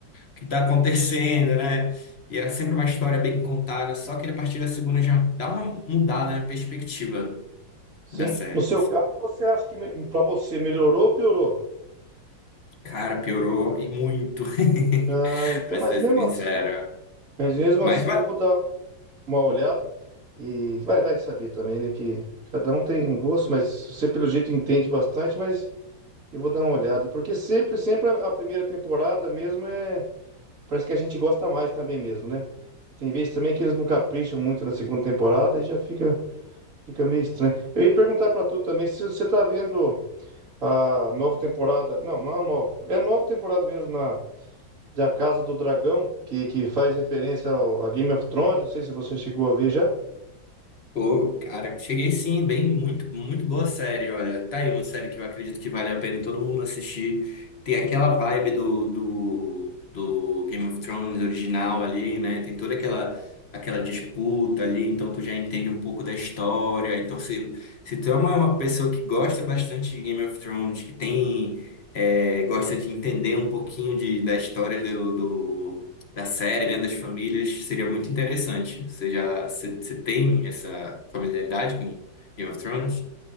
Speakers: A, on the left (about 45°); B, on the right (about 45°).
A: que está acontecendo,
B: No, se-
A: né? E era sempre uma história bem contada, só que a partir da segunda já dá uma mudada na perspectiva
B: sim.
A: da série.
B: No seu
A: assim.
B: caso, você acha que me- pra você melhorou ou piorou?
A: Cara, piorou e muito, <laughs>
B: Ah, então,
A: pra
B: mas
A: ser
B: mesmo
A: sincera.
B: assim, mas mesmo
A: Mas
B: assim eu vou dar uma olhada e vai, vai saber também, né, que cada um tem gosto, mas você pelo jeito entende bastante, mas eu vou dar uma olhada, porque sempre, sempre a a primeira temporada mesmo Parece que a gente gosta mais também mesmo, né? E tem vezes também que eles não capricham muito na segunda temporada e já fica, fica meio estranho. Eu ia perguntar pra tu também se você tá vendo a nova temporada. Não, não é a nova. É a nova temporada mesmo na da Casa do Dragão, que, que faz referência ao, a Game of Thrones. Não sei se você chegou a ver já.
A: Pô, cara, cheguei sim, bem, muito, muito boa série, olha. Tá aí uma série que eu acredito que vale a pena todo mundo assistir. Tem aquela vibe do, do, do Game of Thrones original ali, né? Tem toda aquela, aquela disputa ali, então tu já entende um pouco da história. Então, se, se tu é uma, uma pessoa que gosta bastante de Game of Thrones, que tem, é, gosta de entender um pouquinho de, da história do, do da série, né, das famílias, seria muito interessante. Você já você, você tem essa familiaridade com Game of Thrones?